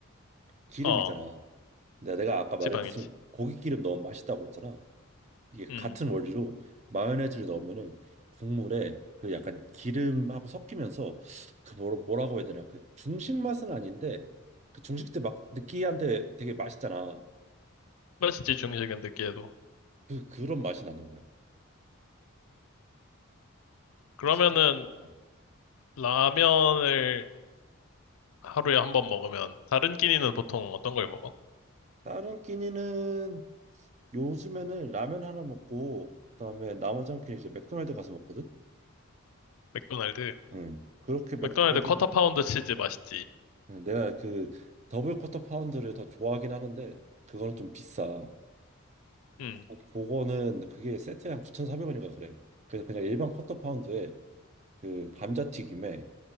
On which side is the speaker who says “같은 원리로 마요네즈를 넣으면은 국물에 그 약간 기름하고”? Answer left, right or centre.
Right